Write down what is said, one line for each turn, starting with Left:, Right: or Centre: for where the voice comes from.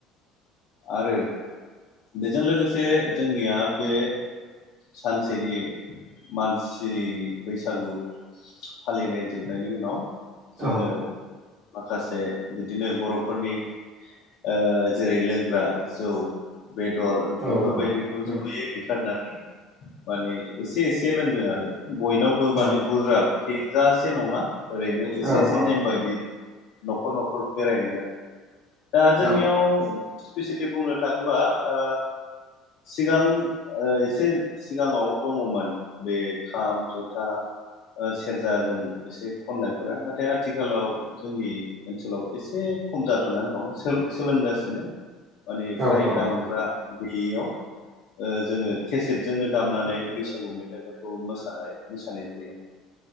Left: आरो बेजों लोगोसे जोंनिया ओ बे सानसेनि मानसिनि बैसागु फालिनाय जोबनायनि उनाव जोंङो
Right: औ
Left: माखासे बिदिनो बर'फोरनि ओ जेरै लोंग्रा जौ बेदर
Right: औ
Left: बेफोरबायदिखौ
Right: औ नंगौ
Left: ज'यै ओंखारनानै माने एसे एसे लोंदों आरो बयनावबो
Right: औ
Left: माने बुरजाब फेजासे नङा, ओरैनो
Right: औ
Left: एसे
Right: औ
Left: एसे
Right: औ
Left: नेम बायदि। न'खर न'खर बेराय हैनाय जादों। दा जोंनियाव
Right: औ
Left: स्पेसियेलि बुंनो थांङोबा ओ सिगां एसे सिगांङाव दंङमोन बे खाम ज'था सेरजाजों एसे खननायफोरा नाथाय आथिखालाव जोंनि ओनसोलाव एसे खम जाथ'नानै दं सोलोंगासिनो। माने
Right: औ
Left: फ्राय दामग्रा
Right: औ
Left: गैयैयाव जोङो केसेटजोंनो दामनानै बैसागु मेथाइफोरखौ मोसानाय मोसानाय जायो आरो।